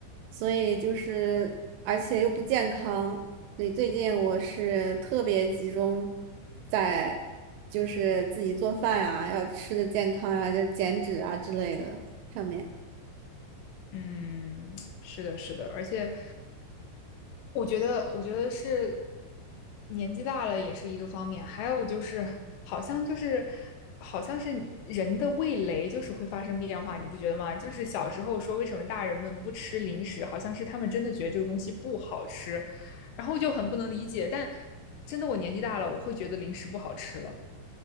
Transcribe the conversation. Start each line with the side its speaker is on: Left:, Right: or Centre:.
Right: 所以就是而且又不健康，所以最近我是特别集中在就是自己做饭啊，要吃的健康啊，要减脂啊之类的上面。
Left: 嗯，是的，是的，而且我觉得，我觉得是年纪大了也是一个方面，还有就是，好像就是，好像是你人的味蕾就是会发生变化，你不觉得吗？就是小时候说为什么大人们不吃零食，好像是他们真的觉得这个东西不好吃，然后就很不能理解。但真的我年纪大了，我会觉得零食不好吃了。